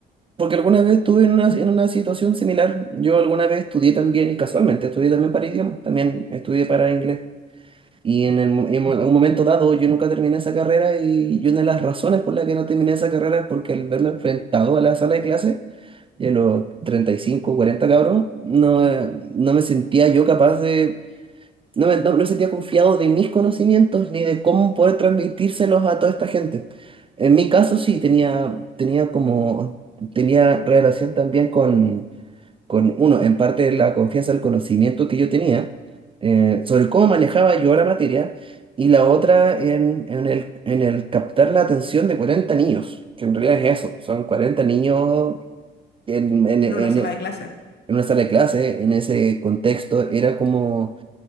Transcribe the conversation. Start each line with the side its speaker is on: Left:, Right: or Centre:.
Right: Porque alguna vez estuve en una, en una situación similar. Yo alguna vez estudié también, y casualmente estudié también para idiomas, también estudié para inglés. Y en, el mo- en mo- un momento dado yo nunca terminé esa carrera y, y una de las razones por la que no terminé esa carrera es porque al verme enfrentado a la sala de clase, y a los 35 40 cabros, no, eh, no me sentía yo capaz de, no me, no, no sentía confiado de mis conocimientos ni de cómo poder transmitírselos a toda esta gente. En mi caso sí, tenía, tenía como, tenía relación también con, con uno, en parte la confianza, el conocimiento que yo tenía eh, sobre cómo manejaba yo la materia y la otra en, en el, en el captar la atención de 40 niños, que en realidad es eso, son 40 niños en, en, en
Left: En una sala de clase,
Right: en una sala de clase, en ese contexto, era como